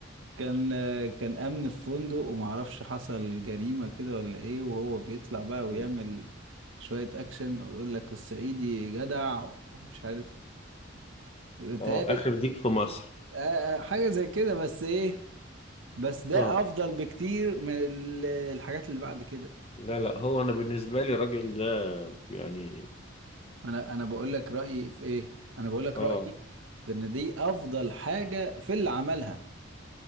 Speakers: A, on the right; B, on the left.
A: كان آه، كان امن في فندق ومعرفش حصل جريمة كده ولا ايه وهو بيطلع بقى ويعمل
B: مم.
A: شوية اكشن ويقول لك الصعيدي جدع ومش عارف بيتهيألي
B: اه اخر ديك في مصر
A: آه، آه، حاجة زي كده بس ايه بس ده
B: اه
A: افضل بكتير من ال- الحاجات اللي بعد كده
B: لا لا هو انا بالنسبه لي الراجل ده يعني
A: انا انا بقول لك رايي في ايه انا بقول لك
B: اه
A: رايي في ان دي افضل حاجه في اللي عملها